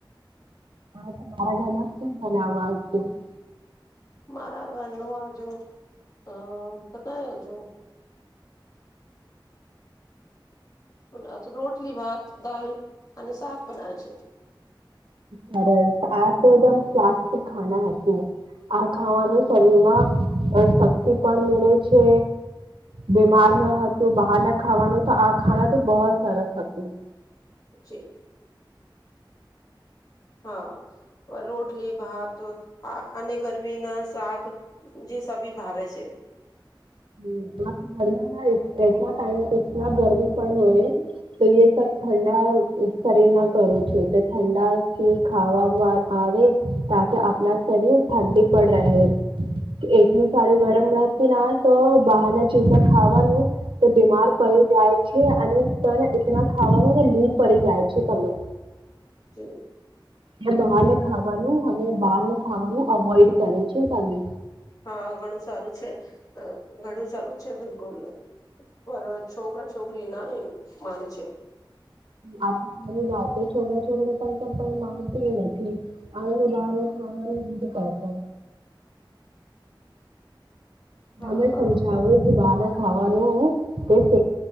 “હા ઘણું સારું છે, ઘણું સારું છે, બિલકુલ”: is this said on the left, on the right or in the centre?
Left